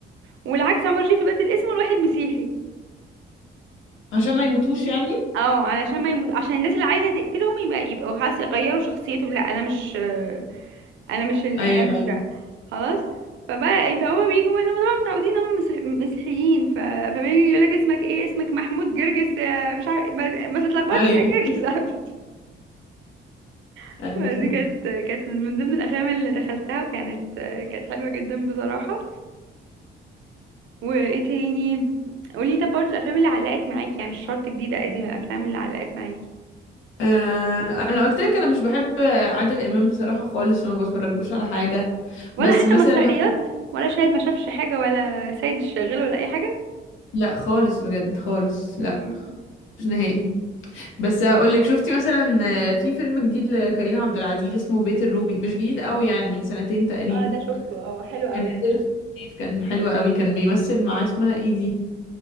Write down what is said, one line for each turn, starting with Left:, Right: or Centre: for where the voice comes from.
Right: والعكس عمر الشريف يبدل اسمه لواحد مسيحي
Left: عشان ما يموتوش يعني
Right: اه علشان ما يموت عشان الناس اللي عايزه تقتلهم يبقى يبقوا خلاص يغيروا شخصيتهم لا انا مش آه، انا مش ال...
Left: ايوه
Right: انا مش
Left: ايوه
Right: ده خلاص فبقى يعني فهو بيجوا بقى انهم طبعا متعودين ان هم مسيح- مسيحيين ف... فبيجي يقول لك اسمك ايه اسمك محمود جرجس آه، مش عارف ما, ما تتلخبطش
Left: ايوه
Right: يا جرجس
Left: <laughs>
Right: <laughs>
Left: ايوه فاهمة.
Right: دي كانت كانت من ضمن الافلام اللي دخلتها وكانت كانت حلوه جدا بصراحه وايه تاني قولي طب برضه الافلام اللي علقت معاكي يعني مش شرط جديده قديمه الافلام اللي علقت معاكي
Left: آه انا قلت لك انا مش بحب عادل امام بصراحه خالص وما بتفرجلوش على حاجه
Right: ولا
Left: بس
Right: حتى
Left: مثلا
Right: مثلا مسرحيات
Left: ه-
Right: ولا شاهد ما شافش حاجه ولا سيد الشغال ولا اي حاجه
Left: لا خالص بجد خالص
Right: مم.
Left: لا مش نهائي بس هقول لك شفتي مثلا آه، في فيلم جديد لكريم عبد العزيز اسمه بيت الروبي مش جديد قوي يعني من سنتين تقريبا
Right: اه ده شفته اه حلو قوي
Left: كان نزل في الصيف، كان حلو قوي كان بيمثل مع اسمها ايه دي